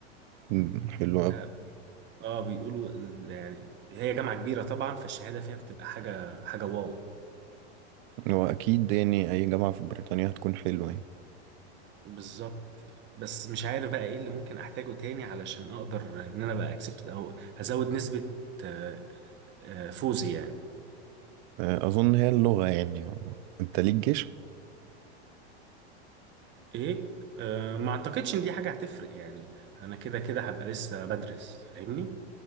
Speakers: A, on the right; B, on the right.
A: مم، حلو
B: ده
A: قوي
B: اه بيقولوا ال- يعني هي جامعة كبيرة طبعا فالشهادة فيها بتبقى حاجة حاجة واو
A: هو اكيد يعني اي جامعة في بريطانيا هتكون حلوة يعني
B: بالظبط بس مش عارف بقى ايه اللي ممكن احتاجه تاني علشان اقدر ان انا بقى اكسبت او هزود نسبة آه، آه، فوزي يعني
A: اه، اظن هي اللغة يعني انت ليك جيش؟
B: ايه آه، ما اعتقدش ان دي حاجة هتفرق يعني انا كده كده هبقى لسه بدرس فاهمني